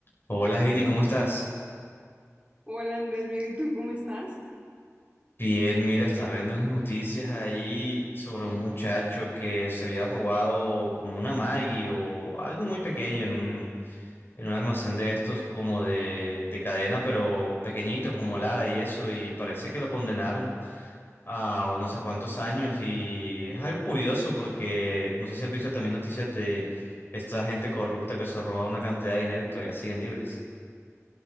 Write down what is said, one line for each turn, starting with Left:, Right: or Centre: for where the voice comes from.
Left: Hola Heidi, ¿cómo estás?
Right: Hola Andrés, bien, ¿y tú cómo estás?
Left: Bien, mira, estaba viendo unas noticias ahí sobre un muchacho que se había robado como una Maggie o algo muy pequeño en un, en un almacén de estos como de, de cadena, pero pequeñitos como Lara y eso, y parece que lo condenaron a no sé cuántos años y es algo curioso porque no sé si has visto también noticias de esta gente corrupta que se roba una cantidad de dinero y todavía siguen libres.